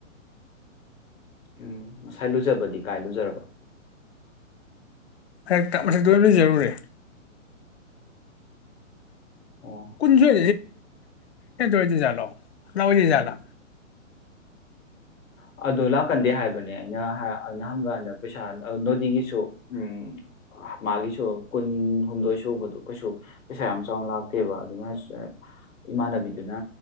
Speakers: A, on the left; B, on the left.
A: ꯎꯝ ꯉꯁꯥꯏ ꯂꯨꯖꯕꯗꯤ ꯀꯥꯏ ꯂꯨꯖꯔꯕ
B: ꯍꯛꯇꯅ ꯔꯨꯔꯤ
A: ꯑꯣ
B: ꯀꯨꯟꯖꯣꯏꯦ ꯗꯤꯣ ꯂꯎꯗꯤꯂ
A: ꯑꯗꯨ ꯂꯥꯛꯀꯟꯗꯦ ꯍꯥꯏꯕꯅꯦ ꯑꯩꯅ ꯑꯩꯅ ꯍꯪꯀꯥꯟꯗ ꯄꯩꯁꯥ ꯅꯣꯗꯤꯒꯤꯁꯨ ꯎꯝ ꯃꯥꯒꯤꯁꯨ ꯀꯨꯟ ꯍꯨꯝꯗꯣꯏ ꯁꯨꯕꯗꯣ ꯀꯩꯁꯨ ꯄꯩꯁꯥ ꯌꯥꯝ ꯆꯥꯎꯅ ꯂꯥꯛꯇꯦꯕ ꯑꯗꯨꯅ ꯏꯃꯥꯟꯅꯕꯤꯗꯨꯅ